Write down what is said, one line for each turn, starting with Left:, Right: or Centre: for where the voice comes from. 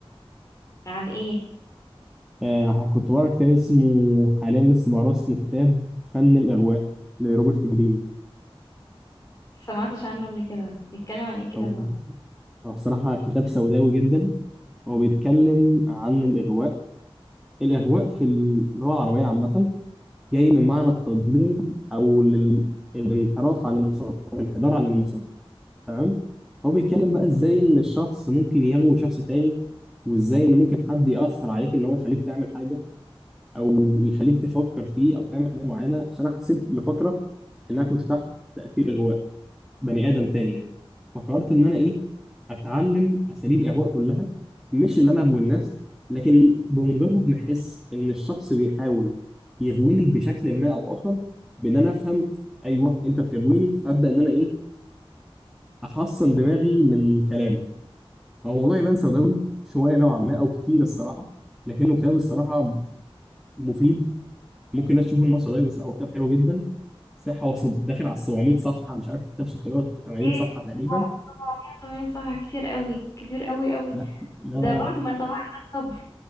Left: عن ايه
Centre: آه كنت بقرا كتاب اسمه حاليا لسه بقراه اسمه كتاب فن الإغواء لروبرت جرين
Left: سمعتش عنه قبل كده بيتكلم عن ايه الكتاب
Centre: هو
Left: ده
Centre: هو الصراحة كتاب سوداوي جدا هو بيتكلم عن الإغواء الإغواء في اللغة العربية عامة جاي من معنى التضليل أو لل- الانحراف عن المسار أو الانحدار عن المسار تمام هو بيتكلم بقى إزاي إن الشخص ممكن يغوي شخص تاني وإزاي إن ممكن حد يأثر عليك إن هو يخليك تعمل حاجة او يخليك تفكر فيه او تعمل حاجه معينه عشان انا حسيت لفتره ان انا كنت تحت تاثير اغواء بني ادم تاني يعني فقررت ان انا ايه اتعلم اساليب الاغواء كلها مش اللي انا اغوي الناس لكن بمجرد ما احس ان الشخص بيحاول يغويني بشكل ما او اخر بان انا افهم ايوه انت بتغويني فابدا ان انا ايه احصن دماغي من كلامه هو الموضوع يبان سوداوي شويه نوعا ما او كتير الصراحه لكنه كتاب الصراحه مفيد ممكن الناس تشوف النص قليل بس لا هو كتاب حلو جدا صح هو في- داخل على 700 صفحه مش عارف كتاب 680
Left: ايه
Centre: صفحه تقريبا
Left: 780 صفحة كتير قوي كتير قوي قوي
Centre: لا لا
Left: ده برضو ما انت هو عندك صبر